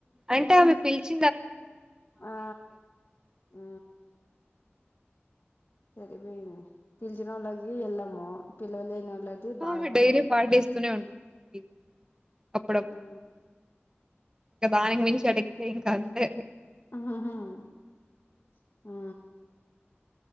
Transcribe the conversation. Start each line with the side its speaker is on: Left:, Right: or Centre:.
Right: అంటే ఆమె పిల్చి
Left: ఆ ఊ సరిపేయింది పిలిచిన వాళ్ళకి వెళ్ళము పిలవలేని నోళ్ళకి బాధపడేది
Right: ఆమె డైలీ పార్టీ ఇస్తూనే ఉంటుంది నాకు అప్పుడప్పుడు
Left: ఆ
Right: ఇంకా దానికి మించి అడిగితే ఇంకా అంతే
Left: ఆహా ఆ